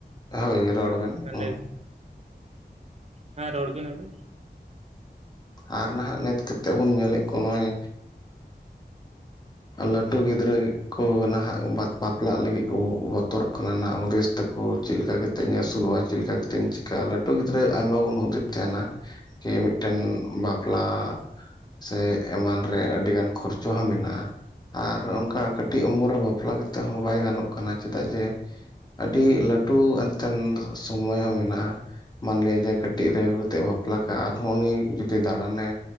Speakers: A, on the left (about 25°); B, on the right (about 35°).
A: ᱦᱳᱭ ᱨᱚᱲ ᱵᱮᱱ ᱦᱩᱸ
B: ᱞᱟᱹᱭ ᱵᱤᱱ ᱦᱮᱸ ᱨᱚᱲ ᱵᱤᱱ ᱟᱵᱤᱱ?
A: ᱟᱨ ᱱᱟᱦᱟᱜ ᱱᱤᱛ ᱠᱟᱛᱮᱜ ᱵᱚᱱ ᱧᱮᱞᱮᱫ ᱠᱚ ᱱᱚᱜ-ᱚᱭ ᱞᱟᱹᱴᱩ ᱜᱤᱫᱽᱨᱟᱹ ᱠᱚ ᱱᱟᱦᱟᱜ ᱵᱟᱯ ᱵᱟᱯ ᱯᱞᱟᱜ ᱞᱟᱹᱜᱤᱫ ᱠᱚ ᱵᱚᱛᱚᱨᱚᱜ ᱠᱟᱱᱟ ᱱᱟᱜ ᱦᱩᱫᱤᱥ ᱛᱟᱠᱩ ᱪᱮᱫ ᱞᱮᱠᱟ ᱠᱟᱛᱮᱧ ᱟᱹᱥᱩᱞᱚᱜ-ᱟ ᱪᱮᱫ ᱞᱮᱠᱟ ᱠᱟᱛᱮᱧ ᱠᱟ ᱞᱟᱹᱴᱩ ᱜᱤᱫᱽᱨᱟᱹ ᱟᱭᱢᱟ ᱵᱚᱱ ᱦᱩᱫᱤᱭ ᱛᱟᱦᱮᱱᱟ ᱡᱮ ᱢᱤᱫᱴᱮᱱ ᱵᱟᱯᱞᱟ? ᱥᱮ ᱮᱢᱟᱱ ᱨᱮ ᱟᱹᱰᱤᱜᱟᱱ ᱠᱷᱚᱨᱪᱚ ᱦᱚᱸ ᱢᱮᱱᱟᱜ-ᱟ᱾ ᱟᱨ ᱚᱱᱠᱟ ᱠᱟᱹᱴᱤᱡ ᱩᱢᱮᱹᱨ ᱨᱮ ᱵᱟᱯᱞᱟ ᱠᱟᱛᱮᱜ ᱦᱚᱸ ᱵᱟᱭ ᱜᱟᱱᱚᱜ ᱠᱟᱱᱟ ᱪᱮᱫᱟᱜ ᱡᱮ, ᱟᱹᱰᱤ ᱞᱟᱹᱴᱩ ᱮᱱᱛᱮᱱ ᱥᱚᱢᱚᱭ ᱦᱚᱸ ᱢᱮᱱᱟᱜ-ᱟ᱾ ᱢᱟ ᱞᱟᱹᱭᱫᱟ ᱠᱟᱹᱴᱤᱡ ᱨᱮ ᱟᱹᱜᱩ ᱠᱟᱛᱮᱜ ᱵᱟᱯᱞᱟ᱾ ᱟᱨᱦᱚᱸ ᱩᱱᱤ ᱡᱩᱫᱤ ᱫᱟᱬᱟᱱᱮ